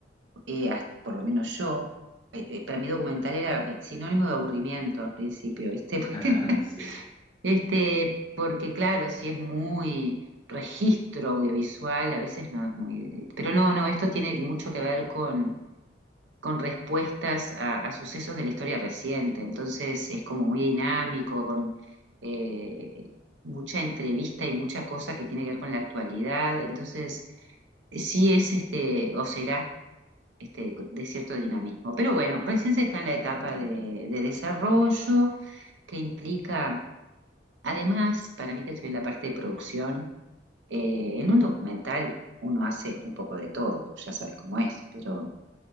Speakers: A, on the right; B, on the left.
A: eh, hasta- por lo menos yo, eh, eh, para mí documental era eh, sinónimo de aburrimiento al principio, ¿viste? <laughs> Porque
B: <laughs> Sí.
A: Este, porque claro, si es muy registro audiovisual, a veces no es muy... Pero no, no, esto tiene mucho que ver con, con respuestas a, a sucesos de la historia reciente. Entonces es como muy dinámico, con eh, mucha entrevista y mucha cosa que tiene que ver con la actualidad. Entonces sí es este, o será este, de cierto dinamismo. Pero bueno, recién se está en la etapa
B: Mm,
A: de de desarrollo que implica Además, para mí que estoy en la parte de producción, eh, en
B: mm.
A: un documental uno hace un poco de todo, ya sabes cómo es, pero